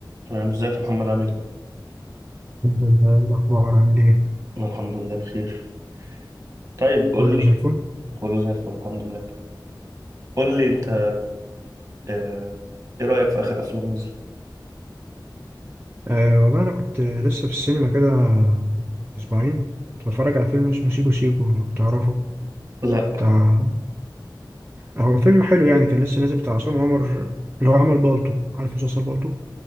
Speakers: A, on the right; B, on the right.
A: تمام ازيك يا محمد عامل ايه؟
B: الحمد لله إيه الأخبار عامل إيه؟
A: انا الحمد لله بخير طيب قول
B: كله
A: لي
B: زي الفل
A: كله زي الفل الحمد لله قول لي انت آه، ايه رأيك في اخر افلام نزل؟
B: آه والله أنا كنت لسه في السينما كده أسبوعين كنت بتفرج على فيلم اسمه سيكو سيكو لو تعرفه
A: لا
B: بتاع هو فيلم حلو يعني كان لسه نازل بتاع عصام عمر اللي هو عمل بالطو عارف مسلسل بالطو؟